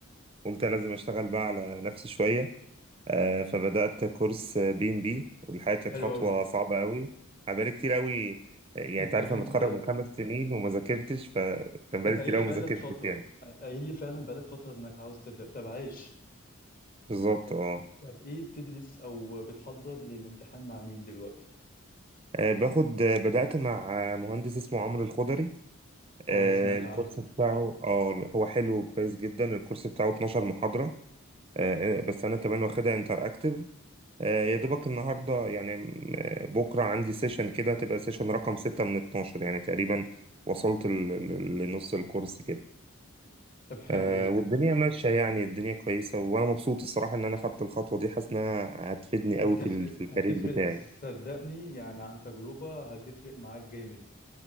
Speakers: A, on the right; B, on the left.
A: قلت لازم اشتغل بقى على نفسي شوية آه، فبدأت كورس بي ام بي والحقيقة كانت
B: حلو
A: خطوة
B: قوي
A: صعبة قوي انا بقالي كتير قوي آه، يعني
B: انت
A: انت عارف
B: كنت
A: انا متخرج من خمس سنين وما ذاكرتش فكان بقالي
B: انت قايل
A: كتير
B: لي
A: قوي
B: بقالك
A: ما ذاكرتش
B: فترة
A: يعني
B: قايل لي فعلا بقالك فترة انك عاوز تبدأ طب عايش
A: بالظبط
B: طب
A: اه
B: طب ايه بتدرس او بتحضر للامتحان مع مين دلوقتي
A: آه، باخد آه، بدأت مع آه، مهندس اسمه عمرو الخضري آه،
B: اه سمعت
A: الكورس
B: عنه
A: بتاعه اه هو حلو وكويس جدا الكورس بتاعه 12 محاضرة آه، آه، بس انا كمان واخدها انتراكتيف يا دوبك النهارده يعني م- آه، بكره عندي سيشن كده تبقى سيشن رقم 6 من 12 يعني تقريبا وصلت ل- ل- لنص الكورس كده
B: طب حلو
A: آه،
B: قوي
A: والدنيا ماشيه يعني الدنيا كويسه وانا مبسوط الصراحه ان انا خدت الخطوه دي حاسس انها هتفيدني
B: هتفرق
A: قوي في ال- في الكارير
B: هتفرق
A: بتاعي
B: صدقني يعني عن تجربة هتفرق معاك جامد